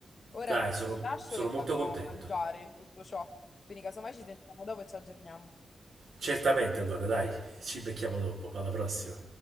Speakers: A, on the left; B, on the right.
A: Ora
B: Dai,
A: ti
B: sono
A: lascio
B: sono
A: che
B: molto
A: vado
B: contento.
A: a mangiare in tutto ciò, quindi casomai ci sentiamo dopo e ci aggiorniamo.
B: Certamente allora, dai, ci becchiamo dopo, alla prossima.